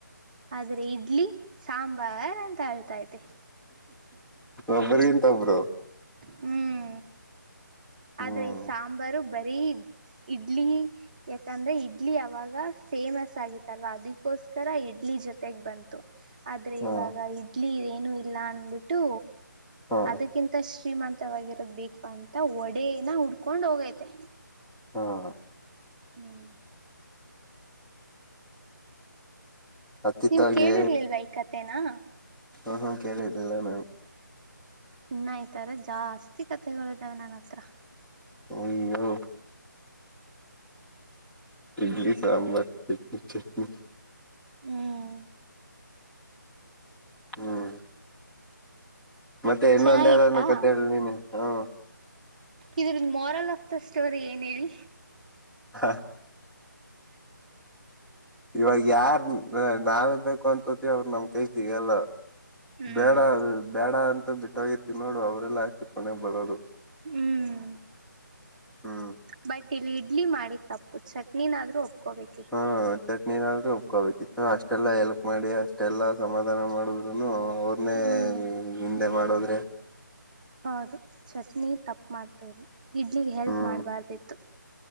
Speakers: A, on the right; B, in the centre.
A: ಆದ್ರೆ ಇಡ್ಲಿ ಸಾಂಬಾರ್ ಅಂತ ಹೇಳ್ತೈತೆ
B: ಒಬ್ಬ್ರಗ್ ಎಂತ ಒಬ್ರು
A: ಹ್ಮ್ ಆದ್ರೆ
B: ಹ್ಮ್
A: ಈ ಸಾಂಬಾರು ಬರೀ ಇಡ್ಲಿ ಯಾಕಂದ್ರೆ ಇಡ್ಲಿ ಅವಾಗ ಫೇಮಸ್ ಆಗತ್ತಲ್ವಾ ಅದಕ್ಕೋಸ್ಕರ ಇಡ್ಲಿ ಜೊತೆಗ್ ಬಂತ್ ಆದ್ರೆ
B: ಹಾ
A: ಇವಾಗ ಇಡ್ಲಿ ಏನು ಇಲ್ಲ ಅಂದಬಿಟ್ಟು
B: ಹಾ
A: ಅದಕ್ಕಿಂತಷ್ಟ. ಶ್ರೀಮಂತವಾಗಿರೋದ ಬೇಕು ಅಂತ ಒಡೆನ ಉುಡ್ಕೊಂಡ್ ಹೋಗೈತೆ
B: ಹಾಂ ಹಾಂ
A: ಹ್ಮ್
B: ಹತ್ತಿತ್ತಾಗೆ
A: ನೀವು ಕೇಳಿರ್ಲಿಲ್ವ ಈ ಕತೇನಾ
B: ಅಂ ಹಾ ಕೇಳಿಲಿರ್ಲ ನಾನು
A: ಇನ್ನ ಇತರ ಜಾಸ್ತಿ ಕತೆಗಳು ಇದಾವೆ ನನ್ನ ಹತ್ರ
B: ಅಯ್ಯೋ ಇಡ್ಲಿ ಸಾಂಬಾರ್ ಚಟ್ನ ಚಟ್ನಿ
A: ಹ್ಮ್
B: ಹ್ಮ್ ಮತ್ತೆ ಇನ್ನೊಂದು
A: ಚೆನ್ನಾಗಿತ್ತಾ
B: ಯಾರ ಕತ್ತ ಹೇಳಿ ನೀನೆ ಹ್ಮ್
A: ಇದ್ರ ಮಾರಲ್ ಆಫ್ ದ ಸ್ಟೋರಿ ಏನ್ ಹೇಳಿ
B: ಹ ಇವಾಗ ಯಾರ್ ನಾವೇ ಬೇಕು ಅಂತ ನಮ್ ಕೈ ಸಿಗಲ್ಲ
A: ಹ್ಮ್
B: ಬೇಡ ಬೇಡ ಅಂತ ಬಿಟ್ಟೋಗಿರ್ತಿವಿ ನೋಡು ಅವರೆಲ್ಲಾ ಅಷ್ಟು ಕೊನೆ ಬರೋದು
A: ಹ್ಮ್
B: ಹ್ಮ್
A: ಬಟ್ ಇಲ್ಲಿ ಇಡ್ಲಿ ಮಾಡಿ ತಪ್ಪು ಚಟ್ನಿನಾದ್ರೂ ಒಪ್ಕೋಬೇಕು
B: ಹಾ ಚಟ್ನಿನಾದ್ರು ೋಬೇಕಿತ್ತು ಅಷ್ಟೆಲ್ಲಾ ಎಲ್ಪ್ ಮಾಡಿ ಅಷ್ಟೆಲ್ಲ ಸಮಾಧಾನ ಮಾಡುದ್ನು ಅವ್ರನ್ನೇ
A: ಹ್ಮ್
B: ಹಿಂದೆ ಮಾಡೋದ್ರೆ
A: ಹೌದು ಚಟ್ನಿ ತಪ್ಪು ಮಾಡ್ತು ಇಲ್ಲಿ ಇಡ್ಲಿಗೆ ಹೆಲ್ಪ್
B: ಹ್ಮ್
A: ಮಾಡಬಾರ್ದಿತ್ತು